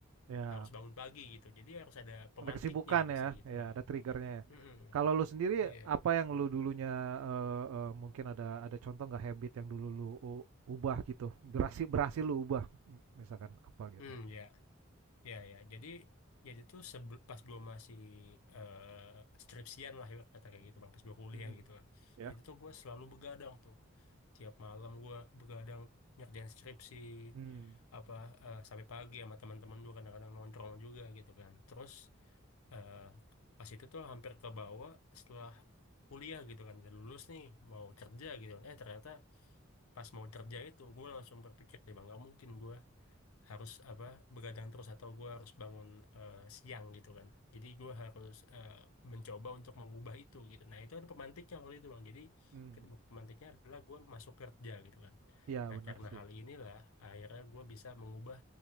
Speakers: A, on the right; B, on the left.
A: ya
B: harus bangun pagi gitu jadi harus ada pemantiknya
A: Ada kesibukan
B: biasanya
A: ya,
B: gitu
A: ya
B: bang
A: ada triggernya ya.
B: Mm-mm.
A: Kalau lu sendiri
B: iya
A: apa yang lu dulunya, eee eee, mungkin ada ada contoh nggak habit yang dulu lu u ubah gitu, berhasil berhasil lu ubah m misalkan apa gitu?
B: hmm ya ya ya jadi jadi tuh sebel, pas gue masih eh, skripsian lah ya, kata kayak gitu bang pas gue kuliah
A: Mhm,
B: gitu kan
A: ya?
B: nah itu tuh gue selalu begadang tuh tiap malam gue begadang ngerjain skripsi
A: Hmm.
B: apa eh, sampai pagi sama teman-teman gue kadang-kadang nongkrong juga gitu kan terus eh, pas itu tuh hampir ke bawah setelah kuliah gitu kan udah lulus nih mau kerja gitu kan eh ternyata pas mau kerja itu gue langsung berpikir deh bang gak mungkin gue harus apa begadang terus atau gue harus bangun eh, siang gitu kan jadi gue harus eh, mencoba untuk mengubah itu gitu nah itu ada pemantiknya waktu itu bang jadi
A: mhm,
B: ketemu- pemantiknya adalah gue masuk kerja gitu kan
A: iya
B: nah
A: bener
B: karena
A: sih,
B: hal inilah akhirnya gue bisa mengubah